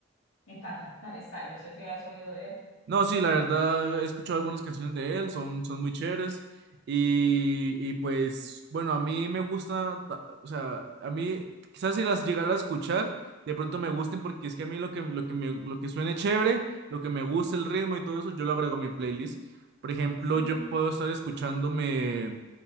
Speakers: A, on the left (about 85°); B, on the right (about 55°).
A: me encanta Harry Styles no sé si has oído de él.
B: No, sí, la verdad he escuchado algunas canciones de él, son, son muy chéveres. Y, y pues, bueno, a mí me gusta, ta- o sea, a mí quizás si las llegara a escuchar, de pronto me gusten porque es que a mí lo que, lo que, me, lo que suene chévere, lo que me gusta, el ritmo y todo eso, yo lo agrego a mi playlist. Por ejemplo,
A: Sí,
B: yo puedo estar escuchándome,